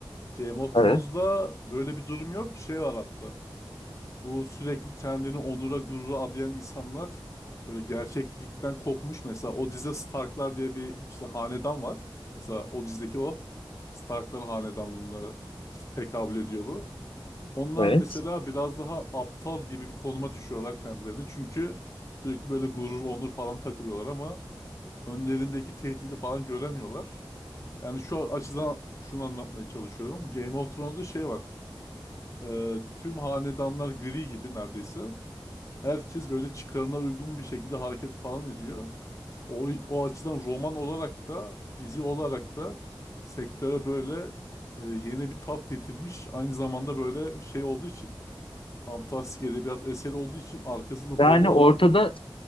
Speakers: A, on the left (about 35°); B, on the left (about 80°).
A: Game of Thrones'da
B: evet,
A: böyle bir durum yok. Şey var hatta. Bu sürekli kendini onura gurura adayan insanlar böyle gerçeklikten kopmuş. Mesela o dizide Starklar diye bir işte hanedan var. Mesela o dizideki o Starklar hanedanlığına işte tekabül ediyor bu. Onlar
B: evet.
A: mesela biraz daha aptal gibi bir konuma düşüyorlar kendilerini. Çünkü sürekli böyle gurur, onur falan takılıyorlar ama önlerindeki tehdidi falan göremiyorlar. Yani şu açıdan şunu anlatmaya çalışıyorum. Game of Thrones'da şey var. Ee, tüm hanedanlar gri gibi neredeyse. Herkes böyle çıkarına uygun bir şekilde hareket falan ediyor. O, o açıdan roman olarak da dizi olarak da sektöre böyle e, yeni bir tat getirmiş. Aynı zamanda böyle şey olduğu için fantastik edebiyat eseri olduğu için arkasında
B: Yani
A: dolu olan
B: ortada